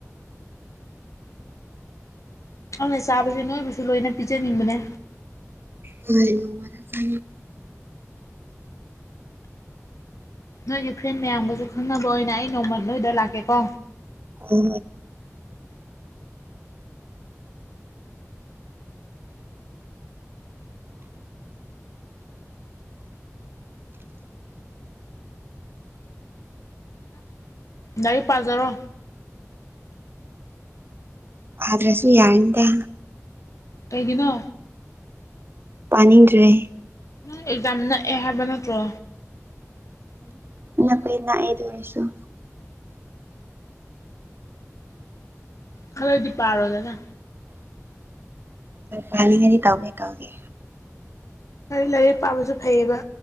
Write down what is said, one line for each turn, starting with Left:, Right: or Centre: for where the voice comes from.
Left: ꯑꯗꯨꯅ ꯆꯥꯕꯁꯦ ꯅꯣꯏꯕꯨꯁꯨ ꯂꯣꯏꯅ ꯄꯤꯖꯅꯤꯡꯕꯅꯦ
Right: ꯍꯣꯏꯗ ꯁ
Left: ꯅꯣꯏꯒꯤ ꯐ꯭ꯔꯦꯟ ꯃꯌꯥꯝꯒꯁꯨ ꯈꯪꯅꯕ ꯑꯣꯏꯅ ꯑꯩ ꯅꯣꯡꯃꯜ ꯅꯣꯏꯗ ꯂꯥꯛꯀꯦꯀꯣ
Right: ꯎ
Left: ꯔꯤ ꯄꯥꯖꯔꯣ
Right: ꯑ꯭ꯔꯁꯨ ꯌꯥꯗ
Left: ꯀꯩꯒꯤꯅꯣ
Right: ꯄꯥꯅꯤꯡꯗ꯭ꯔꯦ
Left: ꯅꯪ ꯑꯦꯛꯖꯥꯝ ꯅꯛꯑꯦ ꯍꯥꯏꯕ ꯅꯠꯇ꯭ꯔꯣ
Right: ꯅ ꯀꯩꯑꯗꯣꯏꯁꯨꯣ
Left: ꯈꯔꯣꯗꯤ ꯄꯥꯔꯣꯗꯗꯥ
Right: ꯀꯅꯤꯡꯗꯤ ꯇꯧꯒꯦ ꯇꯧꯒꯦ
Left: ꯂꯥꯏꯔꯤꯛ ꯄꯥꯕꯁꯨ ꯐꯩꯌꯦꯕ